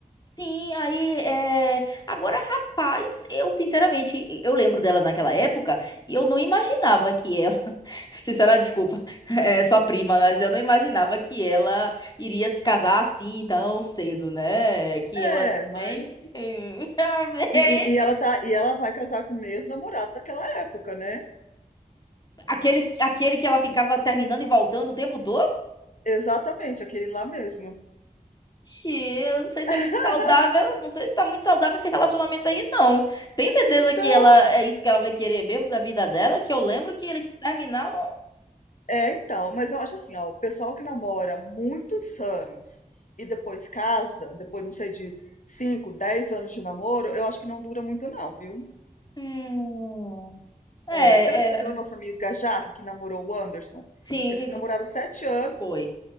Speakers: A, on the left; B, on the left.
A: Sim, aí é... agora, rapaz, eu sinceramente, eu lembro dela naquela época e eu não imaginava que ela, <laughs> sinceramente desculpa, <laughs> é sua prima, mas eu não imaginava que ela iria se casar assim tão cedo, né? Que
B: É,
A: ela era
B: mas.
A: bem, <laughs>
B: E, e, e ela tá, e ela vai casar com o mesmo namorado daquela época, né?
A: aquele, aquele que ela ficava terminando e voltando o tempo todo?
B: Exatamente, aquele lá mesmo.
A: Ixi, Eu não sei se
B: <laughs>
A: é muito saudável, não sei se tá muito saudável esse relacionamento aí, não. Tem certeza
B: Então.
A: que ela é isso que ela vai querer mesmo da vida dela? Que eu lembro que eles terminavam.
B: É, então, mas eu acho assim, ó, o pessoal que namora muitos anos e depois casa, depois, não sei, de 5, 10 anos de namoro, eu acho que não dura muito não, viu?
A: Hum, é,
B: É, você lembra
A: é.
B: daquela nossa amiga Jaque que namorou o Anderson?
A: Sim,
B: Eles
A: o que
B: namoraram
A: que
B: sete anos,
A: foi?